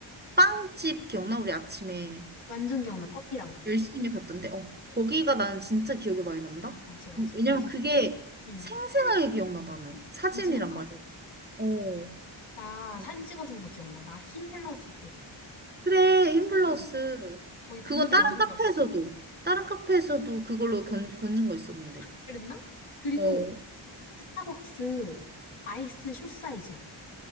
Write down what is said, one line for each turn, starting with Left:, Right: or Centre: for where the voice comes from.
Right: 빵집 기억나? 우리 아침에
Left: 완전 기억나, 커피랑.
Right: 열심히 갔던데, 어, 거기가 나는 진짜 기억에 많이 남다?
Left: 아, 맞아, 맞아.
Right: 왜냐면
Left: 거기
Right: 그게
Left: 고, 응,
Right: 생생하게 기억나, 나는. 사진이랑
Left: 고즈넉하고.
Right: 막, 이런 거. 어.
Left: 나
Right: 어.
Left: 사진 찍어준 거 기억나. 나 흰 블라우스 입고 있었거든.
Right: 그래, 힘블러스.
Left: 응, 거기 분위기
Right: 그건 다른
Left: 너무
Right: 카페에서도,
Left: 좋았어.
Right: 다른 카페에서도 그걸로 견, 건진 거 있었는데.
Left: 그랬나? 그리고
Right: 어.
Left: 스타벅스 아이스 숏 사이즈.